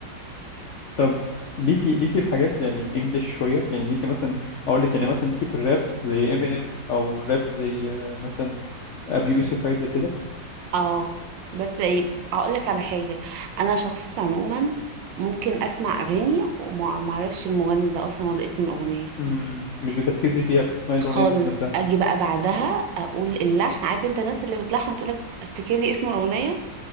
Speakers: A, on the left; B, on the right.
A: طب ليكي ليكي في حاجات يعني انجلش شويه يعني ليكي مثلا اقول لك يعني مثلا ليكي في الراب زي امينيم او راب زي آه، مثلا ابي يوسف حاجات زي كده
B: <laughs> اه بس ايه، هقول لك على حاجه انا شخص عموما ممكن اسمع اغاني وما ما اعرفش المغني ده اصلا ولا اسم الاغنيه
A: امم مش بتركزي فيها بتسمعي
B: خالص
A: الاغنيه بس نفسها
B: اجي بقى بعدها اقول اللحن عارف انت الناس اللي بتلحن وتقولك افتكر لي اسم الاغنيه